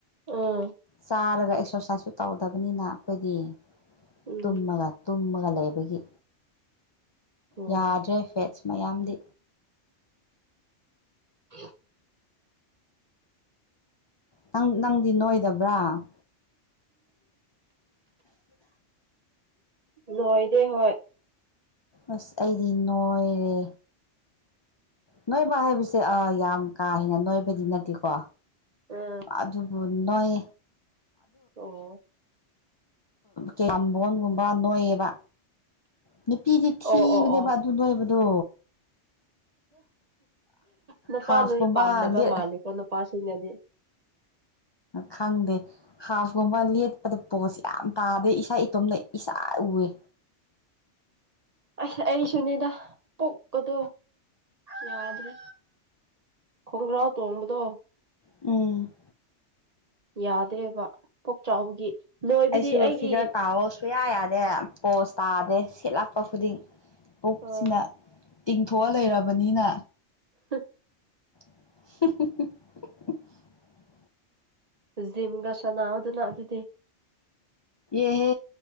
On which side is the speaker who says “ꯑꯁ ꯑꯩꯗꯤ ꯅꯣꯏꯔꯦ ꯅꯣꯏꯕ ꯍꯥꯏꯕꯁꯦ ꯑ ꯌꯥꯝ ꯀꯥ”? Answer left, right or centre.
Left